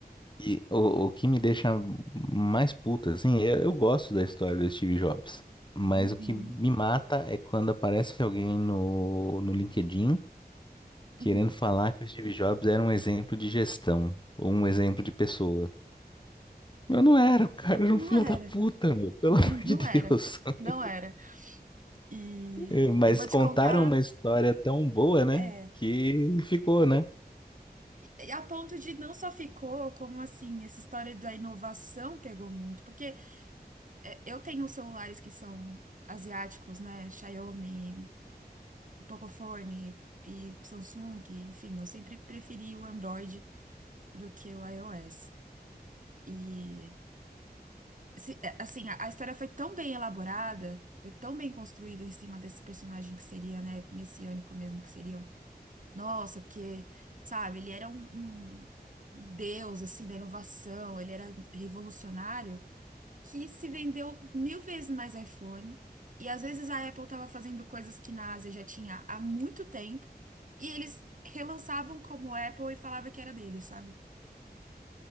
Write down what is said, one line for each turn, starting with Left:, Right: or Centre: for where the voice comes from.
Left: E o, o que me deixa mais puto, assim, eu, eu gosto da história do Steve Jobs, mas
Right: Uhum,
Left: o que me mata é quando aparece alguém no, no LinkedIn querendo
Right: uhum.
Left: falar que o Steve Jobs era um exemplo de gestão, ou um exemplo de pessoa. Eu não era, o cara era
Right: Não
Left: um filho
Right: era,
Left: da puta, meu, pelo
Right: <laughs>
Left: <laughs> amor
Right: não
Left: de Deus.
Right: era,
Left: <laughs>
Right: não era. E
Left: É, Mas
Right: eu vou
Left: contaram
Right: te contar,
Left: uma história tão boa, né,
Right: é,
Left: que ficou, né?
Right: e a ponto de não só ficou, como assim, essa história da inovação pegou muito, porque é, eu tenho celulares que são asiáticos, né? Xiaomi, Pocophone e Samsung, enfim, eu sempre preferi o Android do que o iOS. E, se- é, assim, a, a história foi tão bem elaborada, foi tão bem construída em cima desse personagem que seria, né, messiânico mesmo, que seria. Nossa, porque, sabe, ele era um, um um deus, assim, da inovação, ele era revolucionário, que se vendeu mil vezes mais iPhone. E às vezes a Apple estava fazendo coisas que na Ásia já tinha há muito tempo, e eles relançavam como Apple e falava que era dele, sabe?